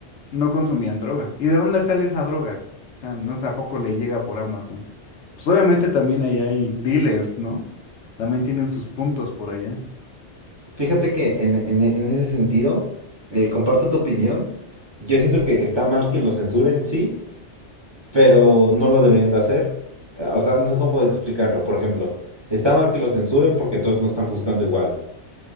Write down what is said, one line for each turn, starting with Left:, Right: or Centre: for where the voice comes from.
Left: no consumían droga. ¿Y de dónde sale esa droga? O sea, no sé, ¿a poco le llega por Amazon? Pues obviamente también ahí hay dealers, ¿no? También tienen sus puntos por allá.
Right: Fíjate que en, en- en ese sentido, eh, comparto tu opinión. Yo siento que está mal que lo censuren, sí, pero no lo deberían de hacer. Eh, O sea, no sé cómo puedo explicarlo. Por ejemplo, está mal que lo censuren porque entonces no están juzgando igual.